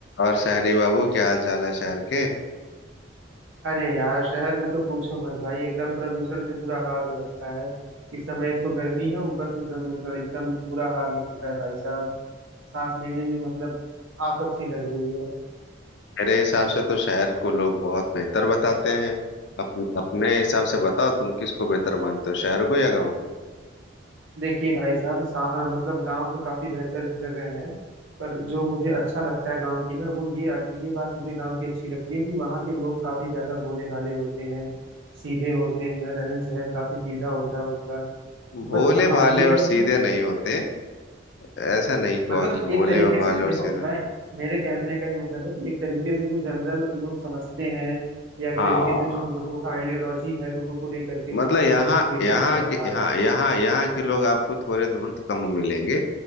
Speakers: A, on the left; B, on the right.
A: और शहरी बाबू क्या हाल चाल है शहर के
B: अरे यार शहर में तो पूछो मत भाई एकदम प्रदूषण से बुरा हाल हो रखा है इस समय एक तो गर्मी है ऊपर से प्रदूषण एकदम बुरा हाल हो चुका है भाई साहब सांस लेने में मतलब आफत सी लग रही है
A: मेरे हिसाब से तो शहर को लोग बहुत बेहतर बताते हैं अपने अपने हिसाब से बताओ तुम किसको बेहतर मानते हो शहर को या गांव को
B: देखिए भाई साहब सा, मतलब गांव तो काफी बेहतर जगह है पर जो मुझे अच्छा लगता है गांव की ना वो ये ये बात मुझे गांव की अच्छी लगती है कि वहाँ के लोग काफी ज्यादा भोले भाले होते हैं सीधे होते हैं रहन सहन काफी सीधा होता है उनका
A: भोले
B: बट
A: भाले
B: हाँ ये
A: और
B: है
A: सीधे
B: कि
A: नहीं होते ऐसा नहीं कहो
B: मतलब
A: कि
B: एक
A: भोले
B: तरीके
A: और
B: से
A: भाले और
B: देखो
A: सीधे होते
B: मैं मेरे कहने का ही मतलब है कि एक तरीके से जो जनरल लोग समझते हैं या एक
A: हाँ
B: तरीके से जो लोगों का आइडियोलॉजी है लोगों को लेकर के गांव
A: मतलब यहाँ
B: के लोगों को लेकर
A: यहाँ
B: वो मैं बता
A: के यहाँ
B: रहा हूँ
A: यहाँ यहाँ के लोग आपको थोड़े धूर्त कम मिलेंगे